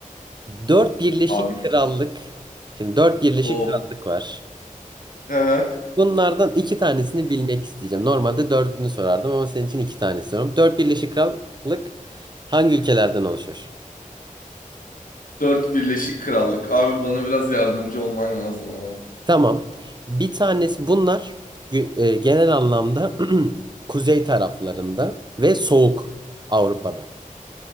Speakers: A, on the right; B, on the left.
A: Dört Birleşik
B: Abi
A: Krallık. Şimdi dört Birleşik
B: of.
A: Krallık var.
B: He.
A: Bunlardan iki tanesini bilmek isteyeceğim. Normalde dördünü sorardım ama senin için iki tane soruyorum. Dört Birleşik Krallık hangi ülkelerden oluşur?
B: Dört Birleşik Krallık. Abi bana biraz yardımcı olman lazım ama.
A: Tamam. Bir tanesi bunlar gü- e, genel anlamda <clears throat> kuzey taraflarında ve soğuk Avrupa'da.